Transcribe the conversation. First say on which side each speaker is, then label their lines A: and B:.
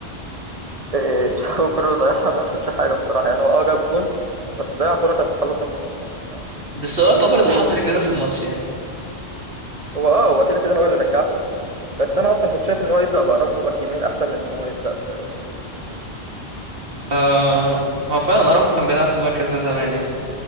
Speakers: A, on the right (about 35°); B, on the right (about 55°).
A: آآ <laughs> بسبب الكرة اللي ضيعها ما ياخدش حاجة بصراحة، يعني هو آه جاب جون بس ضيّع كرة كانت تخلّص الماتش يعني ف
B: بس هو يعتبر اللي
A: ليه؟
B: حط رجلنا في الماتش يعني
A: هو آه، هو كده، كده هو اللي رجّعكم، بس أنا أصلًا كنت شايف إن هو يبدأ بأراوخو باك يمين أحسن من إن هو يبدأ ب بإيريك جارسيا،
B: آه هو فعلا أراوخو كان بيلعب في المركز ده زمان يعني